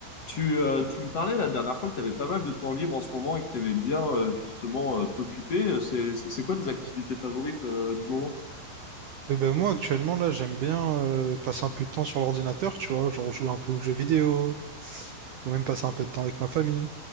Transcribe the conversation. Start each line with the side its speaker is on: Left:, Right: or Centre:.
Left: Tu, euh, tu me parlais la dernière fois que tu avais pas mal de temps libre en ce moment et que tu aimais bien euh, justement euh, t'occuper. Euh, C'est, c'est c'est quoi tes activités favorites euh, du moment?
Right: Eh ben moi actuellement là j'aime bien euh, passer un peu de temps sur l'ordinateur, tu vois, genre jouer un peu aux jeux vidéo, ou même passer un peu de temps avec ma famille.